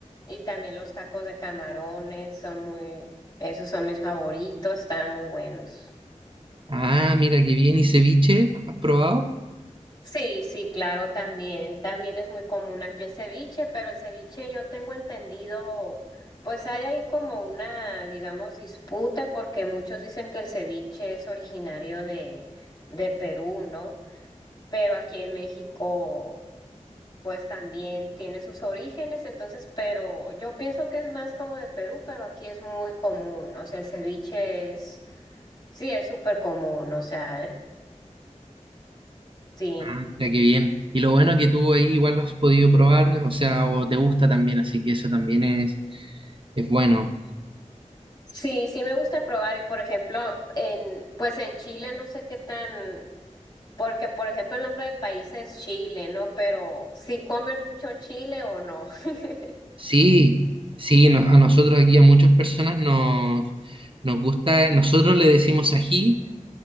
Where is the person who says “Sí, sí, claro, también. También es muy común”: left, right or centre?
Left